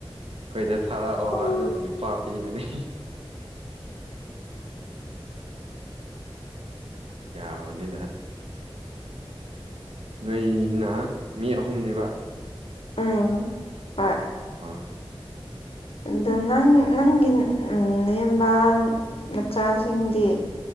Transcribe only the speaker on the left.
ꯎꯝ
ꯎꯝ ꯍꯣꯏ
ꯑꯗꯣ ꯅꯪ ꯅꯪꯒꯤ ꯅꯌꯨꯝꯕ ꯃꯆꯥꯁꯤꯡꯗꯤ